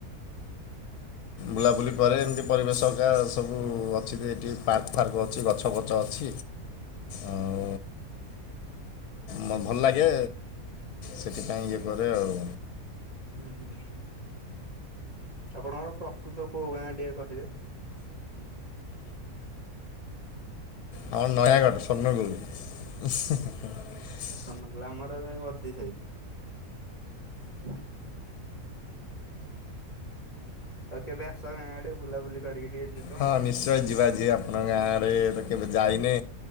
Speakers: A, on the right; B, on the left.
A: <inaudible>
B: ବୁଲାବୁଲି କରେ ଏମିତି ପରିବେଶକା ସବୁ ଅଛି ଏଠି ପାର୍କ ଫାର୍କ ଅଛି ଗଛ ଫଛ ଅଛି।
A: <unintelligible>
B: ଆଉ ମ ଭଲ ଲାଗେ। ସେଥିପାଇଁ ଇଏ କରେ ଆଉ।
A: ହୁଁ ହୁଁ। ଆପଣଙ୍କର ପ୍ରକୃତ କୋଉ ଗାଁ ଟିକେ କହିବେ ହୁଁ।
B: ଆମର ନୟାଗଡ଼ ସ୍ଵର୍ଣ୍ଣ। <unintelligible>
A: ଅନୁଗୁଳୁ ଆମର ଏ <unintelligible> ସାଇ। ଆଉ କେବେ ଆସ ଗାଁ ଆଡ଼େ ବୁଲାବୁଲି କରିକି ଟିକେ ଯିବ।
B: ହଁ ନିଶ୍ଚୟ ଯିବା ଆଜି ଆପଣଙ୍କ ଗାଁ ଆଡ଼େ ଏବେ କେ ଯାଇନି